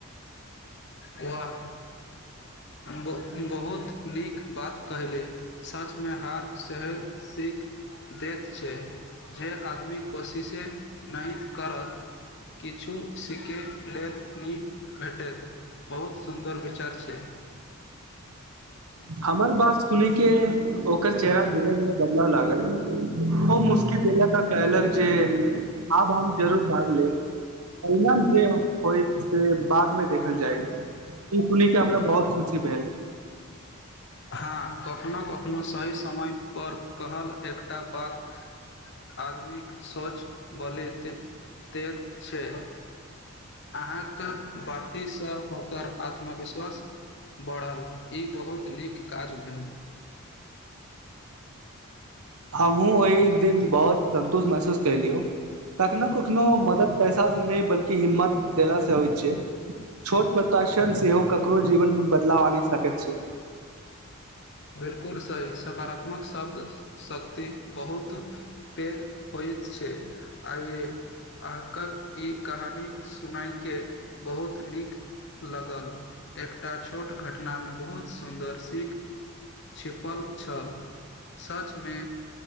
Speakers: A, on the left; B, on the right.
A: वाह बहुत नीक बात कहलियै सचमे हार सैह सीख दैत छै जँ आदमी कोशिशे नहि करत किछु सीखे लेल नहि भेटत बहुत सुन्दर विचार छै
B: हमर बात सुुनिकेँ ओकर चेहरा धीरे धीरे बदलैय लागल ओ मुस की देलक आ कहलक जे आब हम जरूर भाग लेब अहिना जे होइत से बादमे देखल जायत ई सुनिकेँ हमरा बहुत ख़ुशी भेल
A: हँ कखनो कखनो सही समय पर कहल एकटा बात आदमीकेँ सोच बलित दैत छै अहाँक बातीसँ ओकर आत्मविश्वास बढ़ल ई बहुत नीक काज भेल
B: हमहुँ ओहि दिन बहुत संन्तोष महसूस कएलियौ कखनो कखनो मत पैसा सँ नहि बल्कि। हिम्मत देला सँ होइत छै छोट प्रदर्शन सेहो ककरो जीवनमे बदलाव आनि सकैत छै
A: बिलकुल सही सकारात्मक शब्द शक्ति बहुत पैघ होइत छै आइये अहाँके ई कहानी सुनायके बहुत नीक लागल एकटा छोट घटनामे बहुत सुन्दर सीख छिपल छल सचमे